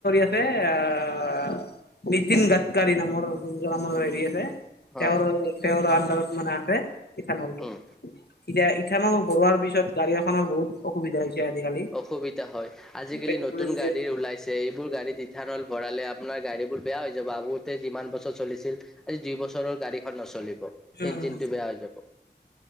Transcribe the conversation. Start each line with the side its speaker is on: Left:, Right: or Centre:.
Left: আছে আহ নীতিন গাডকাৰী নামৰ যোনজন আমাৰ হেৰি আছে।
Centre: হয়,
Left: তেওঁ তেওঁৰ আন্দাৰত মানে আছে ইথানলটো।
Centre: উম
Left: এতিয়া ইথানল ভৰোৱাৰ পিছত গাড়ী এখনৰ বহুত অসুবিধা হৈছে। আজিকালি।
Centre: অসুবিধা হয় আজিকালি
Left: পেট্ৰল
Centre: নতুন
Left: ডিজেল
Centre: গাড়ী ওলাইছে এইবোৰ গাড়ীত ইথানল ভৰালে আপোনাৰ গাড়ীবোৰ বেয়া হৈ যাব আগতে যিমান বছৰ চলিছিল। আজি দুই বছৰৰ গাড়ীখন নচলিব
Left: উম,
Centre: ইঞ্জিন টো বেয়া হৈ যাব।